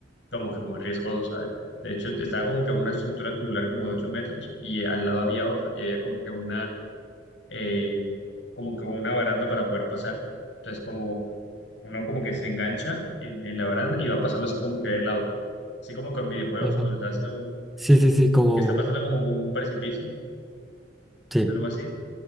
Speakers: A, on the left; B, in the centre.
A: como que muy riesgoso, ¿sabes? De hecho, estaba como que en una estructura tubular como de 8 metros y al lado había otra y había como que una, eh, como que una baranda para poder pasar. Entonces, como uno como que se engancha en, en la baranda y va pasando así como que de lado. Así como con videojuegos,
B: Ajá.
A: cuando estás haciendo,
B: Sí, sí, sí, como...
A: que están pasando como con un precipicio,
B: Sí.
A: algo así.